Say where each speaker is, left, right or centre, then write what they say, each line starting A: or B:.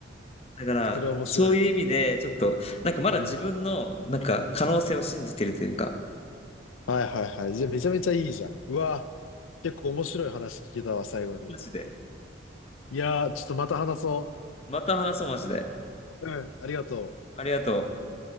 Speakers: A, on the left (about 30°); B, on the left (about 80°).
A: だから、
B: それ面白いね。
A: そういう意味で、ちょっと、なんかまだ自分の、
B: うん。
A: なんか可能性を信じてるというか。
B: はいはいはい。じゃあめちゃめちゃいいじゃん。うわ、結構面白い話聞けたわ、最後に。
A: マジで。
B: いやー、ちょっとまた話そう。
A: また話そう、マジで。
B: うん、ありがとう。
A: ありがとう。